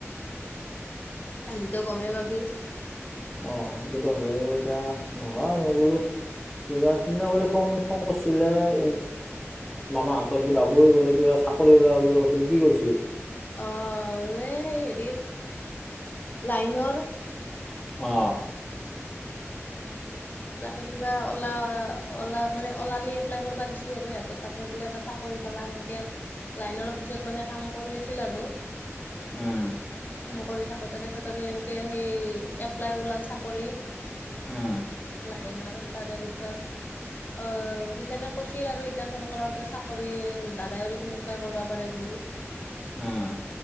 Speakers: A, on the left; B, in the centre.
A: পেলিটো গম ভাবি
B: অ সেইটোতো হয় এতিয়া নহ মই বোলো কিবা সিদিনা বুলি ফোন ফোন কৰিছিলে উ মামাৰ হাতত সি বাবু বোলে কিবা চাকৰি ওলাব বুলি কৈছিল কি কৈছিল
A: অ এই সেই হেৰিৰ লাইনৰ
B: আহ
A: তাকে কিবা অলা অলা মানে ওলালি এপ্লাই কৰিবা দিছেি আৰু সিহঁত তাতে বোলে এটা চাকৰি পালা সেনেকে লাইনৰ অফিচত মানে কাম কৰি আছিল আৰু
B: উম
A: কাম কৰি থাকো তাৰপিছত আৰু এনেকে সেই এপ্লাই ওলাল চাকৰি
B: উম
A: লাইনৰ তাৰে পিছত অ সেইকাৰণে কৈছিল আৰু সিদিনা ফোন কৰাতে চাকৰি দাদাইলখিনি এপ্লাই কৰিব পাৰে বুলি উ
B: উম